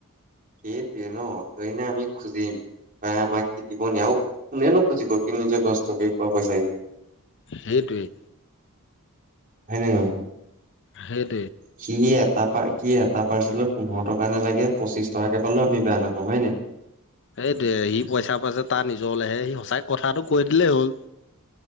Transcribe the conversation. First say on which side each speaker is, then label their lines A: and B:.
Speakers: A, on the right (about 40°); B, on the left (about 55°).
A: কেইতিেন ধৰিনে আমি খুজিম বা আমাক সি দিব নিয় আৰু কোনে নোখুজিব কি নিজে কষ্ট কে কোৱা পইচাি
B: সেইটোৱেই
A: হয়নে
B: হয়েই
A: সি এটা কি এটা পাৰ্চেলত পোন্ধৰ টকা ন লাগে পচিছ টকাকে পালেও আমি বেয়া নাপাওঁ হয় নাই
B: এইটো সি পইচা পইচা তাৰ নিজৰ ওল আহে সি সঁচাই কথাটো কৈ দিলেই হ'ল